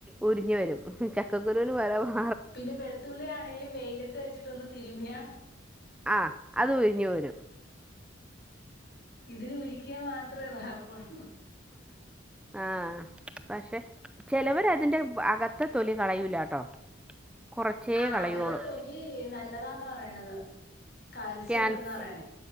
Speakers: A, in the centre; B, on the left.
A: ഉരിഞ്ഞു വരും. ഉച്ചാ ക്കക്കുരുന് വരവാ
B: പിന്നെ വെളുത്തുള്ളി ആണേലും വെയ്ലത്ത് വെച്ചിട്ടൊന്ന് തിരിമ്മ്യാ
A: ആ അത് ഉരിഞ്ഞു വരും
B: ഇതിലു ഉരിക്ക്യാ മാത്രേ മാർഗൊള്ളൂ.
A: ആഹ് പക്ഷെ ചെലവര് അതിൻ്റെ അകത്തെ തൊലി കളയൂലാട്ടോ. കൊറച്ചേ
B: ആഹ്
A: കളയോളൂ
B: അകത്തെ തൊലി നല്ലതാന്നാ പറ്യണത്. കാൽസ്യം
A: ക്യാൻസ്
B: ഉണ്ടെന്നാ പറയണേ